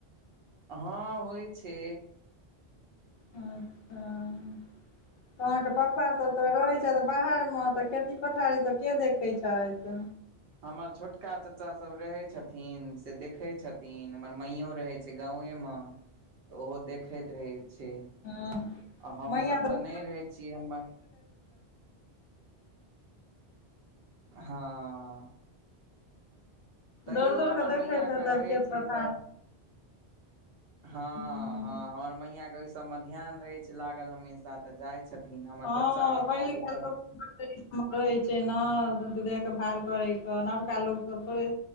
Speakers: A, on the right; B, on the left.
A: हँ होइ छै
B: अच्छा त अहाँके प्पा सब तऽ रह बाहर मे तऽ खेती पथारी तऽ के देखैत छैथ
A: हमर छोटका चाचा सब रहै छथिन से देखै छथिन तीन हमर मइयो रहै छै गाेवे तऽ ओहो देखैत रहै छै
B: हँ
A: आ हमसभ
B: म बड़क
A: तऽ नहि रहै छियै हमर हँ तैयो
B: दौड़
A: हमर
B: कऽ देखैत
A: मैयाके
B: हेतैथ
A: रहै
B: के
A: छै
B: पता
A: तऽ हँ
B: हूँ
A: हँ हमर मैंया के ओहि सभमे ध्यान रहैत छै लागल हमेशा तऽ जाइत छथिन हमर
B: हँ
A: चाचा ओर
B: पहिलका
A: हमसभ तऽ
B: <unintelligible> रहै छै ने देखभाल करैके नबका लोकके थोडे